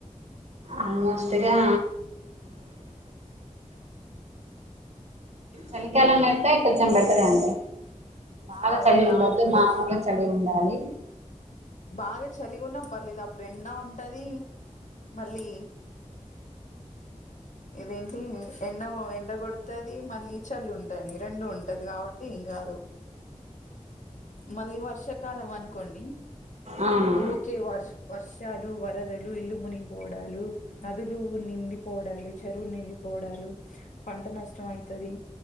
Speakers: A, on the right; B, on the left.
A: ఆల్మోస్ట్గా చలికాలం అయితే కొంచెం బెటర్ అండి బాగా
B: అవును
A: చలి ఉండద్దు
B: నాకు కూడా
A: మాముల్గ చలి ఉండాలి
B: బాగా చలిగున్నా పర్లేదప్పుడు ఎండా ఉంటది మళ్ళీ ఇదేంటి ఎండ ఎండ కొడుతది మళ్ళీ చలి ఉంటది రెండు ఉంటది కాబట్టి ఏం కాదు మళ్ళీ వర్షాకాలం అనుకోండి
A: అవును
B: ఊకె వర్ష్ వర్షాలు వరదలు ఇల్లు మునిగిపోవడాలు నదులు నిండిపోడాలు చెరువు నిండి పోడాలు పంట నష్టం అయితది